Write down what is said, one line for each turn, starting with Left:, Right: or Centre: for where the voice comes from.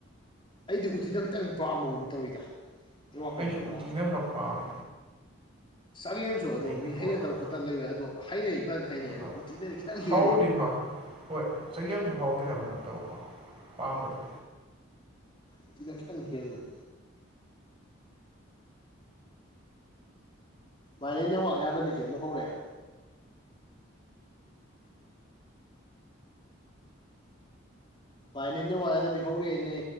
Left: ꯑꯩꯗꯤ ꯎꯠꯇꯤꯅ ꯈꯤꯇꯪ ꯄꯥꯝꯕꯒꯨꯝ ꯇꯧꯋꯤꯗ ꯑꯩ ꯋꯥꯈꯟꯗꯀꯣ
Right: ꯑꯩꯁꯨ ꯎꯇꯤꯅ ꯈꯔ ꯄꯥꯝꯃꯦ
Left: ꯆꯒꯦꯝꯁꯨ ꯑꯗꯣ
Right: ꯑꯩꯒꯤ
Left: ꯃꯤ
Right: ꯄꯣꯠꯇꯨꯅ
Left: ꯍꯩꯅꯗꯕ ꯈꯣꯠꯇꯕ ꯂꯩꯕ ꯑꯗꯣ ꯍꯩꯅꯩ ꯐꯖꯅ ꯍꯩꯅꯩ ꯑꯗꯣ
Right: ꯍꯣꯏ
Left: ꯎꯇꯤꯗꯗꯤ ꯈꯤꯇꯪ ꯍꯦꯜꯂꯤ
Right: ꯍꯥꯎꯕꯨꯗꯤ ꯍꯥꯎꯏ ꯍꯣꯏ ꯆꯒꯦꯝꯁꯨ ꯍꯥꯎꯇꯦ ꯍꯥꯏꯕ ꯅꯠꯇꯕꯀꯣ ꯄꯥꯝꯕꯗꯣ
Left: ꯎꯇꯤꯅ ꯈꯤꯇꯪ ꯍꯦꯟꯕꯗꯣ ꯚꯥꯏ ꯅꯩ ꯅꯦꯠꯋꯥꯛ ꯌꯥꯗꯕꯤꯁꯤ ꯑꯃꯨꯛ ꯍꯧꯔꯛꯑꯦ ꯚꯥꯏ ꯅꯩ ꯅꯦꯠꯋꯥꯛ ꯌꯥꯗꯕꯤ ꯍꯧꯔꯛꯑꯦꯅꯦ